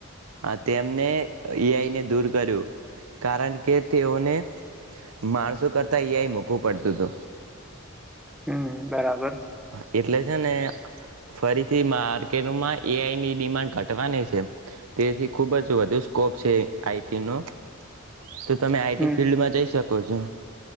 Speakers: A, on the right (about 80°); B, in the centre.
A: આ તેમને એ આઈને દૂર કર્યું, કારણ કે તેઓને માણસો કરતાં એ આઈ મૂકવું પડતું હતું.
B: હમ બરાબર.
A: એટલે છે ને ફરીથી માર્કેટમાં એ આઈની ડિમાન્ડ ઘટવાની છે, તેથી ખૂબ જ વધુ સ્કોપ છે આઈ ટીનો. તો તમે આ ઈટી
B: હમ
A: ફિલ્ડમાં જઈ શકો. સકો છો,